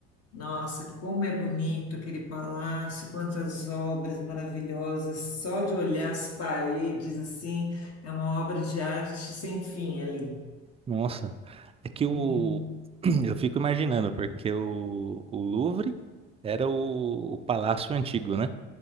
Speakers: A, on the left (about 45°); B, on the right (about 20°).
A: nossa, como é bonito aquele palácio, quantas obras maravilhosas, só de olhar as paredes, assim, é uma obra de arte sem fim ali.
B: Nossa. É que o...
A: Uhum,
B: <clears throat> eu fico imaginando, porque o, o Louvre era o... o palácio antigo, né?